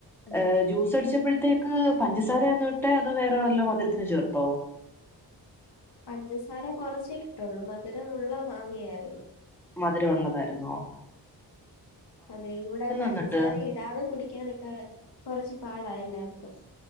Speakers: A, on the left (about 65°); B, in the centre.
A: ഉം.
B: ഏഹ് ജ്യൂസടിച്ചപ്പഴ ത്തേക്ക് പഞ്ചസാരേന്നോ ഇട്ടേ അതോ വേറെ വല്ലോം മധുരത്തിന് ചേർത്തോ?
A: പഞ്ചസാര കുറച്ചേ ഇട്ടൊള്ളൂ മധുരള്ളെ മാങ്ങയായിരുന്നു.
B: മധുര ഉള്ളതായിന്നോ?
A: അതെ ഇവടെ പഞ്ചസാര
B: എന്നിട്ട്
A: ഇടാതെ കുടിക്കാനൊക്കെ കൊറച്ച് പാടാ എല്ലാവർക്കും.